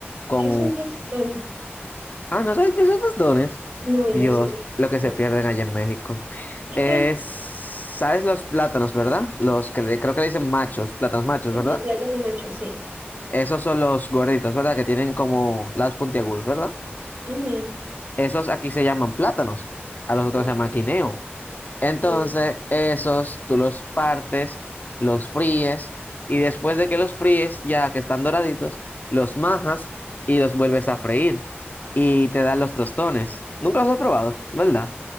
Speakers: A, on the left; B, on the right.
A: Con...
B: ¿Qué es un tostón?
A: Ah, ¿no sabes qué son tostones?
B: No, yo
A: Dios,
B: no sé qué es
A: lo
B: un
A: que se
B: tostón.
A: pierden allá en México.
B: <laughs>
A: Es... ¿Sabes los plátanos, verdad? Los que le- creo que le dicen machos, plátanos machos,
B: Ajá,
A: ¿verdad?
B: plátano macho, sí.
A: Esos son los gorditos, ¿verdad? Que tienen como lados puntiagudos, ¿verdad?
B: Ujú,
A: Esos aquí se llaman plátanos, a los otros
B: ok.
A: se llama quineo. Entonces,
B: No,
A: esos tú los partes, los fríes y después de que los fríes, ya que están doraditos, los majas y los vuelves a freír y te dan los tostones. Nunca los he probado, ¿verdad?